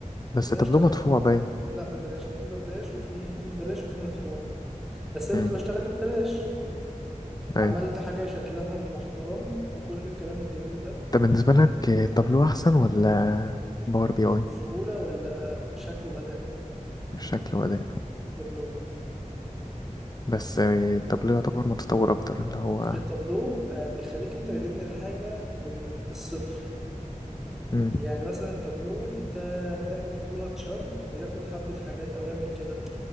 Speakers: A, on the left; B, in the centre.
A: بس
B: ده انا
A: التابلو
B: اشتغلت
A: مدفوع باين
B: لا ببلاش في ببلاش وفي في ببلاش وفي مدفوع بس انا
A: مم.
B: كنت بشتغل ببلاش
A: أيوة
B: عملت حاجة شكلها محترم وكل الكلام الجميل ده
A: طب بالنسبة لك آه، تابلو أحسن ولا باور بي أي
B: سهولة ولا شكل وأداء
A: شكل وأداء
B: تابلو
A: بس آه، التابلو يعتبر متطور أكتر اللي هو
B: التابلو آه، بيخليك انت اللي تبني الحاجة من الصفر
A: مم.
B: يعني مثلا التابلو انت تعمل فيه دونات شارت بياخد حبة حاجات اوامر كده